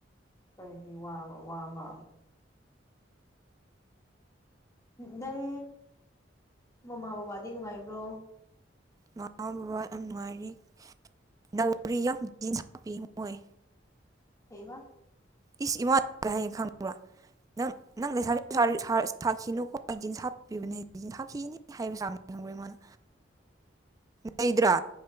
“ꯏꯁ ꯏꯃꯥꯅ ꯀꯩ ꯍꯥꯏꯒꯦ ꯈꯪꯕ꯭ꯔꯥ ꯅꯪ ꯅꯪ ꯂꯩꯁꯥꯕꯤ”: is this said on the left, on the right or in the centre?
Right